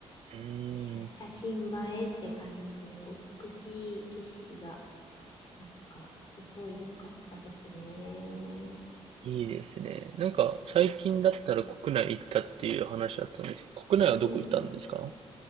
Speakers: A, on the right; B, on the left.
A: うーん、
B: 写、写真映えって感じの美しい景色が、なんか、すごい良かったですね。
A: いいですね。なんか最近だったら国内行ったっていう話だったんですけど、国内はどこ行ったんですか
B: うん、